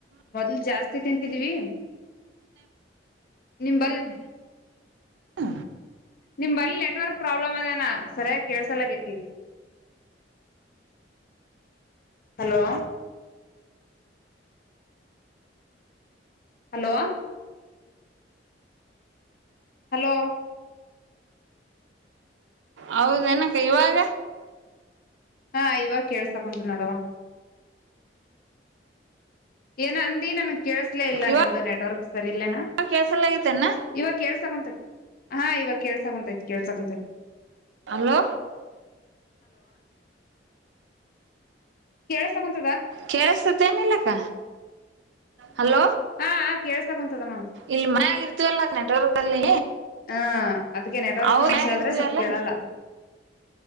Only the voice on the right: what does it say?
ಹ
ಹೌದ ನಕ್ಕ ಇವಾಗ
ಇವಾಗ
ಕೇಳಸಲಾಗೈತೆನ
ಹಲೋ
ಕೇಳಸತ ಏನ ಇಲ್ಲಕ್ಕ ಹಲೋ
ಇಲ್ ಮನ ಆಗರ್ತವಿಲ್ಲ ನೆಟ್ವರ್ಕ್ಲ್ಲಿ
ಅವ
ಮನ್ಯಾಗ
ಇರ್ತೀವಲ್ಲ